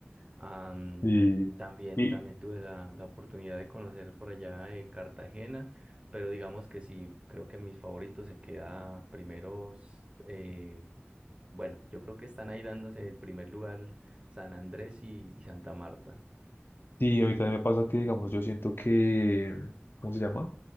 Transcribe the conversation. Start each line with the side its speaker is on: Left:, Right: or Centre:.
Right: Am,
Left: Y,
Right: también,
Left: y
Right: también tuve la, la oportunidad de conocer por allá eh, Cartagena, pero digamos que sí, creo que mis favoritos se queda primeros, eh, bueno, yo creo que están ahí dándose el primer lugar San Andrés y, y Santa Marta.
Left: sí, a mí también me pasa que, digamos, yo siento que, ¿cómo se llama?